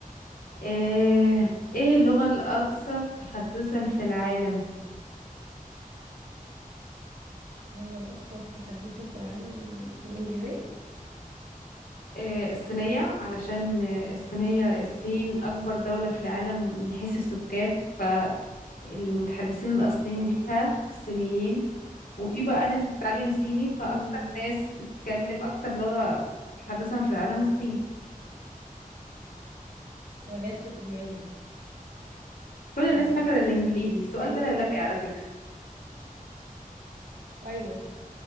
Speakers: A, on the left (about 80°); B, on the right (about 80°).
A: ايه ايه اللغة الاكثر تحدثا في العالم
B: اللغة الأكثر تحدثا في العالم الإنجليزية؟
A: آه، الصينية علشان آه، الصينية الصين أكبر دولة في العالم من حيث السكان فالمتحدثين الأصليين
B: صح
A: ليها الصينيين وفي بقى ناس بتتعلم صيني فأكتر
B: مم.
A: ناس بتتكلم أكتر لغة تحدثا في العالم الصين
B: ما جاتش في دماغي دي
A: كل الناس
B: طيب
A: فاكرة الإنجليزي السؤال
B: ايه
A: ده لولبي على فكرة
B: أيوة